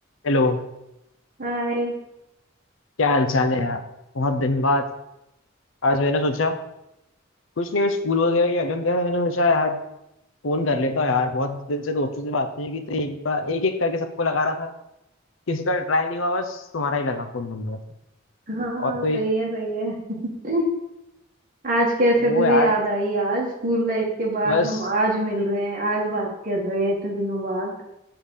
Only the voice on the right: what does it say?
हाय
हाँ
सही है सही है <laughs> आज कैसे
तुझे
याद आई यार स्कूल लाइफ के बाद
हम आज मिल रहे हैं आज बात कर रहे हैं इतने दिनों बाद